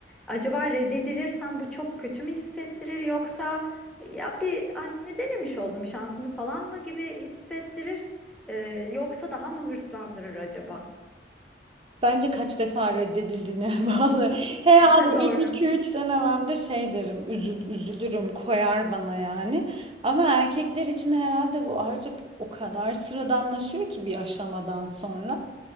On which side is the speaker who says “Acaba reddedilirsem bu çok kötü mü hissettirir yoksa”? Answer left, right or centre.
Centre